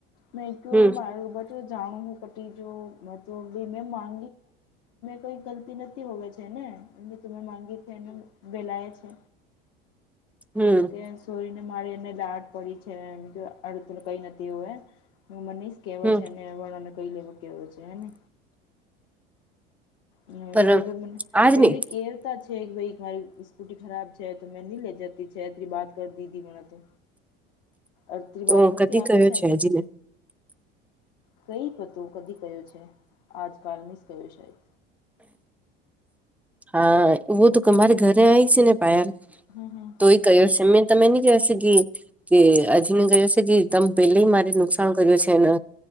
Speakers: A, on the left; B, in the centre.
A: મે
B: હમ હમ
A: માર બ. જાણું કટી જો ભી મે માઅ કોઈ. તી નથીતી હોવે છે ને એં તમે માગી છે એને વેલાય છે.
B: હમ
A: તો કે. ચોરીને મારે એને દાટ પડી છે મ અડતુંને કંઈ નથી હોવે હું મનીશ. કેવા
B: હમ
A: છે અને વ અને કઈ લેવો કેવ છે હેને. હ
B: પર
A: એ તો ભ મ
B: આજ
A: પહેલી
B: નહી
A: કે. પ છે કે ભાઈ તમારી સ્કૂટી ખરાબ છે તો મેં નહી લે જતા. છે એતરી વાત કરી દીધી પણણા તો અત્રી
B: તો
A: વાત નથી
B: કદી
A: આપે
B: કયો
A: છે ને.
B: હજીને
A: કઈ પતો કદી કયો છે આજકાલ મિસ કયો સાાયદ.
B: હા એવું તો તમારે ઘરે આવીય છે ને પાયલ.
A: હમ હમ.
B: તો એ કયો છે મેં તમે નની કશેી. કે અજીને કયો છે કે તમે પેલે મારે નુકસાન કર્યું છે એને.